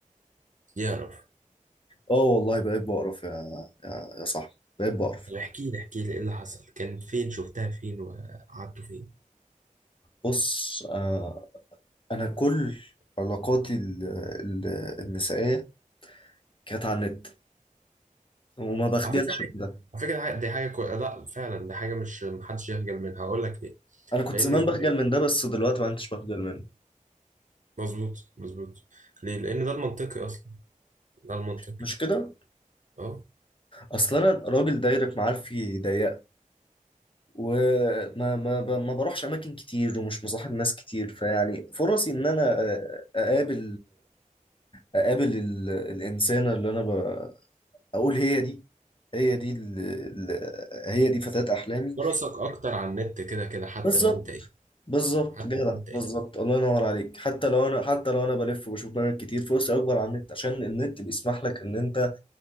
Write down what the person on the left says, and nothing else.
اه والله بقيت بقرف يا يا, يا صاحبي بقيت بقرف
بص آه انا كل علاقاتي ال- ال- النسائيه كانت على النت وما بخجلش
من ده
انا كنت
زمان
بخجل من ده بس دلوقتي ما عدتش بخجل منه
مش كده
اصل انا راجل دايرة معارفي ضيقه وما ما ب- ما بروحش اماكن كتير ومش مصاحب ناس كتير فيعني فرصي ان انا أ- اقابل اقابل ال- الانسانه اللي انا ب- اقول هي دي هي دي ال- ال- هي دي فتاة احلامي
بالظبط
بالظبط
جدع
بالظبط الله ينور عليك حتى لو انا حتى لو انا بلف وبشوف برامج كتير فرصي اكبر على النت عشان النت بيسمح لك ان انت